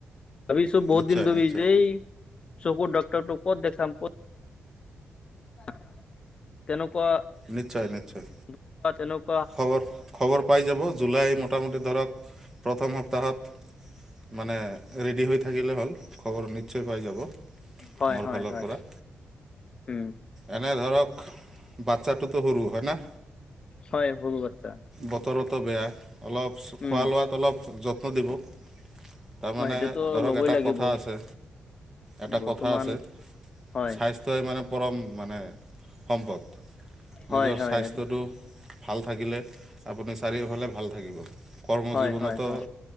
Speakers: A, on the left; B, on the right.
A: ভাবিছো বহুত
B: নিশ্চয়
A: দিন ধৰি
B: নিশ্চয়
A: এই চকুৰ ডক্টৰটো ক'ত দেখাম, ক'ত তেনেকুৱা
B: নিশ্চয়-নিশ্চয়।
A: <unintelligible>
B: খবৰ খবৰ পাই যাব জুলাই মোটামুটি ধৰক প্ৰথম সপ্তাহত মানে ৰেডি হৈ থাকিলে হ'ল খবৰ নি নিশ্চয় পাই যাব
A: হয়
B: মোৰ
A: হয়
B: ফালৰ
A: হয়
B: পৰা
A: উম
B: এনে ধৰক বাচ্ছাটোতো সৰু হয়নে
A: হয় সৰু বাচ্ছা
B: বতৰতো বেয়া অলপ
A: উম
B: খোৱা লোৱাত অলপ যত্ন দিব তাৰমানে
A: মই সেইটোতো
B: ধৰক
A: ল'বই
B: এটা
A: লাগিব
B: কথা আছে এটা
A: বৰ্তমান
B: কথা আছে
A: হয়
B: স্বা স্থ্যই মানে পৰম মানে সম্পদ
A: হয়
B: নিজৰ
A: হয়
B: স্বাস্থ্যটো
A: একদম
B: ভাল থাকিলে আপুনি চাৰিওফালে ভাল থাকিব কৰ্ম
A: হয়
B: জীৱনতো
A: হয় হয়